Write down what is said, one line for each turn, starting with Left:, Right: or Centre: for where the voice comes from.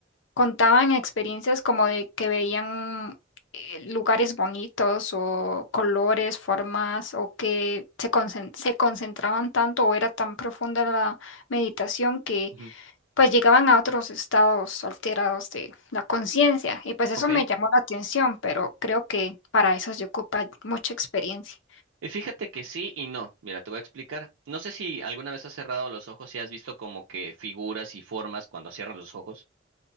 Left: contaban experiencias como de que veían eh, lugares bonitos o colores, formas o que se, concen- se concentraban tanto o era tan profunda la meditación que
Right: Ujú.
Left: pues llegaban a otros estados alterados de la conciencia y pues eso
Right: Ok.
Left: me llamó la atención, pero creo que para eso se ocupa mucha experiencia,
Right: Y fíjate que sí y no. Mira, te voy a explicar. No sé si alguna vez has cerrado los ojos y has visto como que figuras y formas cuando cierras los ojos.